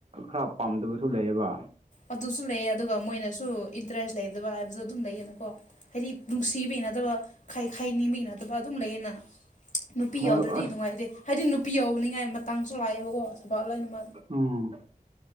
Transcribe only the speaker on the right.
ꯈꯔ ꯄꯥꯝꯗꯕꯁꯨ ꯂꯩꯌꯦꯕ
ꯍꯣꯏ
ꯑꯁ
ꯎꯝ